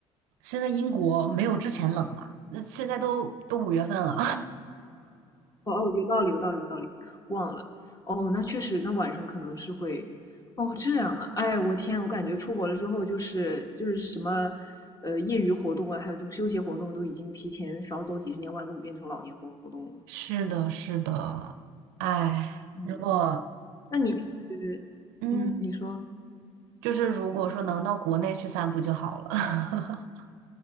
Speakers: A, on the right; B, on the left.
A: 现在英国没有之前冷吧？那现在都都五月份了。
B: 哦哦，有道理，有道理，有道理，忘了。哦，那确实，那晚上可能是会，哦，这样啊，哎，我天，我感觉出国了之后，就是就是什么，呃，业余活动啊，还有这种休闲活动，都已经提前少走几十年弯路，变成老年活动了。
A: <laughs> 是的，是的，哎，
B: 嗯，
A: 如果。
B: 那你平时，
A: 嗯。
B: 嗯，你说。
A: 就是如果说能到国内去散步就好了。<laughs>